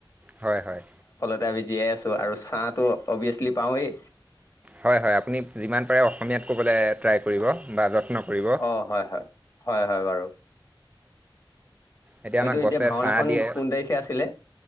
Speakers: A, on the right; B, on the left.
A: হয় হয়।
B: তথাপি জীয়াই আছো আৰু চাহটো অবিত্ৰছলি পাওঁৱেই।
A: হয় হয় আপুনি যিমান পাৰে অসমীয়াত ক'বলৈ ট্ৰাই কৰিব বা যত্ন কৰিব
B: অ হয় হয় হয় হয় বাৰু।
A: এতিয়া আমাক
B: এইটো
A: গছে
B: ভাওনাখন
A: চাহ দিয়ে,
B: কোন তাৰিখে আছিলে